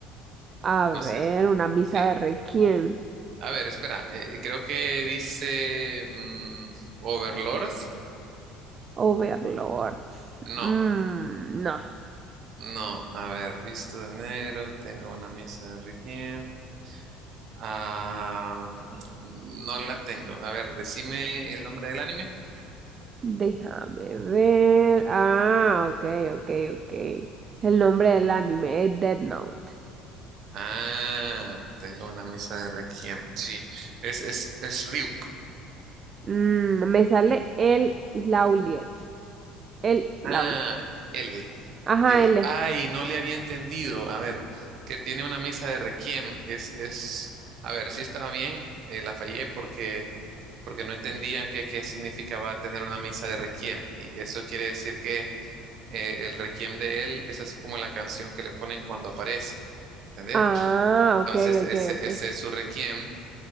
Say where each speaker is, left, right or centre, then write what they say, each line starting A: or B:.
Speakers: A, on the right (about 35°); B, on the right (about 55°).
A: A
B: No
A: ver,
B: sé.
A: una misa
B: Sí,
A: de Requiem.
B: A ver, espera, eh, creo que dice mm, Overlord.
A: Overlords.
B: No,
A: Mm, no.
B: no, a ver, visto de negro, tengo una misa de Requiem. Ah, mm, no la tengo. A ver, decime el nombre del anime.
A: Déjame ver. Ah, ok, ok, ok. El nombre del anime es Dead Note.
B: Ah, tengo una misa de Requiem. Sí, es, es, es Ryuk.
A: Mm, me sale el Lauliet. El
B: Ah,
A: Lauliet.
B: L,
A: Ajá,
B: L.
A: L.
B: Ay, no le había entendido. A ver, que tiene una misa de Requiem. Es, es, a ver, sí estaba bien, eh, la fallé porque. porque no entendía qué, qué significaba tener una misa de requiem. Y eso quiere decir que eh, el requiem de él es así como la canción que le ponen cuando aparece, ¿entendés?
A: Ah,
B: Entonces,
A: ok,
B: ese,
A: ok, ok.
B: ese es su requiem.